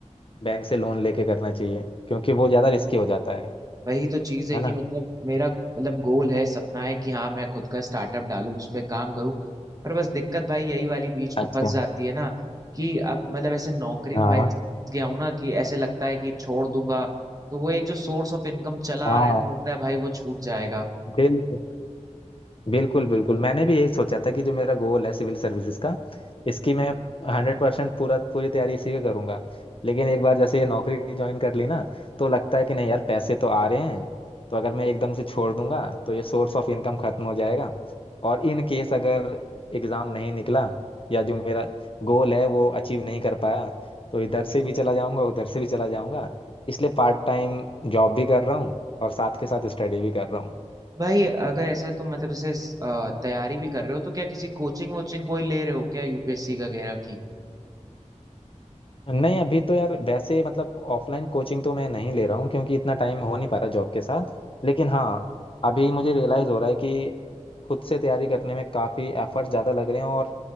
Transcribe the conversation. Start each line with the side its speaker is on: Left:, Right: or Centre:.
Left: बैंक से लोन लेके करना चाहिए क्योंकि वो ज्यादा रिस्की हो जाता है
Right: वही तो चीज है
Left: है
Right: कि
Left: ना
Right: मतलब मेरा मतलब गोल है सपना है कि हाँ मैं खुद का स्टार्टअप डालूं उस पर काम करूं पर बस दिक्कत भाई यही वाली बीच
Left: अच्छा
Right: में फंस जाती है ना कि अब मतलब ऐसे नौकरी
Left: हाँ
Right: में भाई ऐसे फंस गया हूं ना कि ऐसे लगता है कि छोड़ दूंगा तो वो एक जो सोर्स ऑफ इनकम चला
Left: हाँ
Right: आ रहा है ऐसे लगता है भाई वो छूट जाएगा
Left: बिल्कुल बिल्कुल बिल्कुल मैंने भी यही सोचा था कि जो मेरा गोल है सिविल सर्विसेज का इसकी मैं हंड्रेड परसेंट पूरा पूरी तैयारी इसी का करूंगा लेकिन एक बार जैसे ये नौकरी ज्वाइन कर ली ना तो लगता है कि नहीं यार पैसे तो आ रहे हैं तो अगर मैं एकदम से छोड़ दूंगा तो ये सोर्स ऑफ इनकम खत्म हो जाएगा और इन केस अगर एग्जाम नहीं निकला या जो मेरा गोल है वो अचीव नहीं कर पाया तो इधर से भी चला जाऊंगा उधर से भी चला जाऊंगा इसलिए पार्ट टाइम जॉब भी कर रहा हूँ और साथ के साथ स्टडी भी कर रहा हूँ
Right: भाई अगर ऐसा तो मतलब जैसे अ, तैयारी भी कर रहे हो तो क्या किसी कोचिंग वोचिंग कोई ले रहे हो क्या यूपीएससी वगैरह की
Left: नहीं अभी तो यार वैसे मतलब ऑफलाइन कोचिंग तो मैं नहीं ले रहा हूँ क्योंकि इतना टाइम हो नहीं पा रहा जॉब के साथ लेकिन हाँ अभी मुझे रियलाइज़ हो रहा है कि खुद से तैयारी करने में काफ़ी एफर्ट ज़्यादा लग रहे हैं और